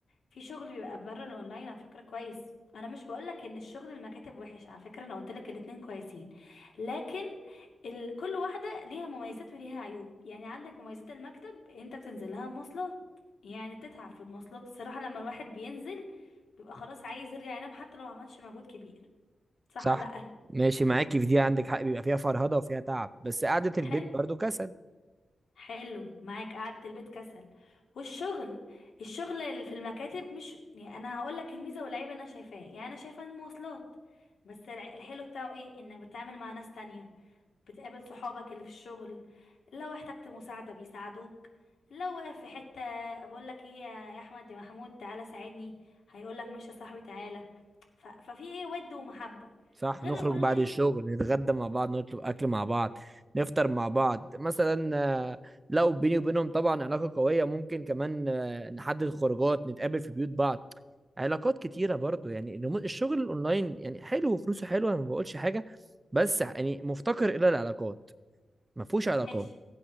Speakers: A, on the left; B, on the right.
A: في شغل بيبقى بره الاونلاين على فكره كويس انا مش بقولك ان الشغل المكاتب وحش على فكره انا قلتلك الاتنين كويسين لكن ال... كل واحدة ليها مميزات وليها عيوب يعني عندك مميزات المكتب انت بتنزل لها مواصلات يعني بتتعب في المواصلات الصراحة لما الواحد بينزل بيبقى خلاص عايز يرجع ينام حتى لو ما عملش مجهود كبير صح
B: صح
A: ولا لأ
B: ماشي معاكي في دي عندك حق بيبقى فيها فرهضة وفيها تعب بس قعدة البيت
A: حلو
B: برضو كسل
A: حلو معاك قعدة البيت كسل والشغل الشغل اللي في المكاتب مش يعني انا هقول لك الميزه والعيب اللي انا شايفاه يعني انا شايفه المواصلات بس الع- الحلو بتاعه ايه انك بتتعامل مع ناس تانية بتقابل صحابك اللي في الشغل لو احتجت مساعده بيساعدوك لو واقف في حته بقول لك ايه يا يا احمد يا محمود تعالى ساعدني هيقول لك ماشي يا صاحبي تعالى ف... ففي ايه ود ومحبه
B: صح
A: غير
B: نخرج
A: الاونلاين
B: بعد الشغل نتغدى مع بعض نطلب اكل مع بعض نفطر مع بعض مثلا آه، لو بيني وبينهم طبعا علاقة قوية ممكن كمان آه، نحدد خروجات نتقابل في بيوت بعض علاقات كتيرة برضو يعني الريمو- الشغل الاونلاين يعني حلو وفلوسه حلوة انا ما بقولش حاجة بس يعني مفتقر الى العلاقات ما فيهوش علاقات
A: ماشي